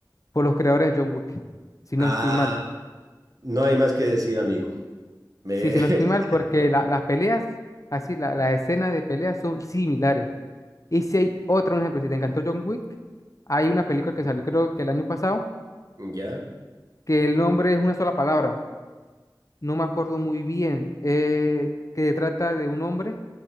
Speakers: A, on the left; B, on the right.
A: por los creadores de John Wick, si
B: Ah,
A: no estoy mal.
B: no hay más que decir, amigo. Me...
A: Sí, si
B: <laughs>
A: no estoy mal, porque la- las peleas, así, la- las escenas de peleas son similares. Y si hay otro, un ejemplo, si te encantó John Wick, hay una película que salió creo que el año pasado,
B: Ya.
A: que el nombre es una sola palabra, no me acuerdo muy bien, eh, que trata de un hombre